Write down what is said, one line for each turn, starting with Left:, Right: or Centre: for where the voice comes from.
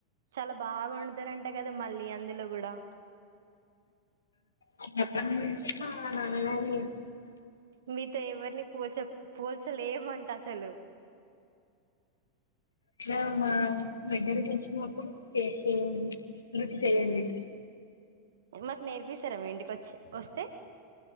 Right: చాలా బాగా వండుతారు అంటే కదా కద మళ్ళీ అందులో కూడా
Left: చిన్నప్పటి నుంచి మా నాన్నగారి
Right: మీతో ఎవరిని పూల్చక్ పోల్చలేమంట అసలు
Left: ఇలా మా దగ్గరకి వచ్చినప్పుడు టేస్ట్ చేయండి రుచి చెయండి
Right: మాకు నేర్పిస్తారా మీ ఇంటికి వచ్చి వస్తే